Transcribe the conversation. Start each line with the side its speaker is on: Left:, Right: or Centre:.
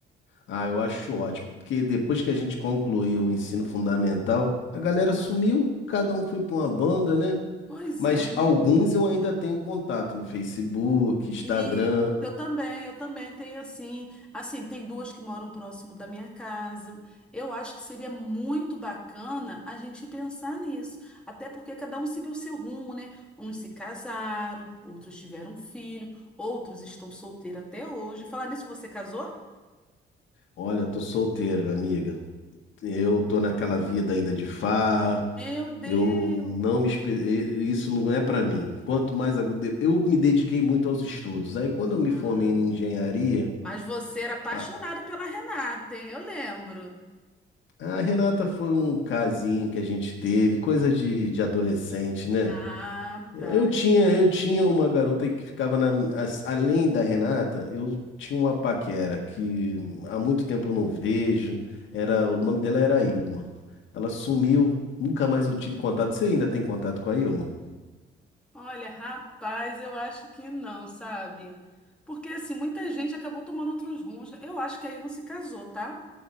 Left: Ah, eu acho ótimo, porque depois que a gente concluiu o ensino fundamental, a galera sumiu, cada um foi pra uma banda, né?
Centre: Pois
Left: Mas
Centre: é, né?
Left: alguns eu ainda tenho contato no Facebook, Instagram.
Centre: E eu também, eu também tenho assim, assim, tem duas que moram próximo da minha casa. Eu acho que seria muito bacana a gente pensar nisso, até porque cada um seguiu seu rumo, né? Uns se casaram, outros tiveram filho, outros estão solteiros até hoje. Falar nisso, você casou?
Left: Olha, tô solteiro, minha amiga. Eu tô naquela vida ainda de farra.
Centre: Meu Deus!
Left: Eu não, não me espe- e- isso não é pra mim. Quanto mais eu eu me dediquei muito aos estudos. Aí quando eu me
Centre: Ah,
Left: formei em engenharia,
Centre: mas você era apaixonado
Left: a,
Centre: pela Renata, hein? Eu lembro.
Left: a Renata foi um casinho que a gente teve, coisa de, de adolescente, né?
Centre: Ah,
Left: Eu
Centre: tá.
Left: tinha, eu tinha uma garota que ficava na, as- além da Renata, eu tinha uma paquera que há muito tempo eu não vejo. Era, o nome dela era Ilma. Ela sumiu, nunca mais eu tive contato. Você ainda tem contato com a Ilma?
Centre: Olha, rapaz, eu acho que não, sabe? Porque assim, muita gente acabou tomando outros rumos. né? Eu acho que a Ilma se casou, tá?